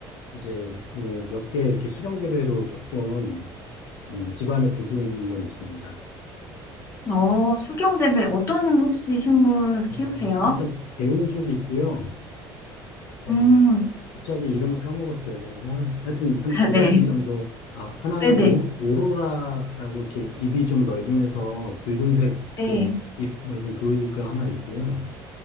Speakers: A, on the left; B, on the left.
A: 이제 뭐 몇 개 이렇게 수경재배로 조금 음, 집안에 두고 있는 건 있습니다.
B: 어, 수경재배 어떤 혹시 식물
A: 어,
B: 키우세요?
A: 일단 개운죽이 있고요. 어,
B: 음,
A: 갑자기 이름을 까먹었어요, 제가. 오늘 하여튼 한
B: <laughs> 아,
A: 두
B: 네.
A: 가지 정도. 아, 하나는
B: 네네.
A: 오, 오로라라고 이렇게 입이 좀 넓으면서 붉은색
B: 네.
A: 이렇게 입 넓은 그이가 하나 있고요.